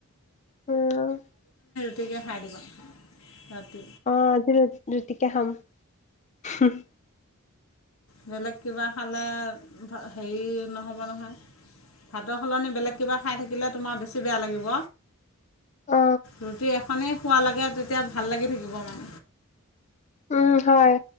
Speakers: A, on the left; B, on the left.
A: উম।
B: তিকে খাই দিবা ৰাতি।
A: অ আজি ৰুটিকে খাম। <unintelligible>
B: বেলেগ কিবা খালে হেৰি নহ'ব নহয় ভাত। ত সলনি বেলেগ কিবা খাইাকিলে। তোমাৰ বেছি বেয়া লাগিব।
A: অ
B: ৰুটি এখনে। খোৱ লাগে তেতিয়া ভাল লাগি থাকিব মান।
A: উম হয়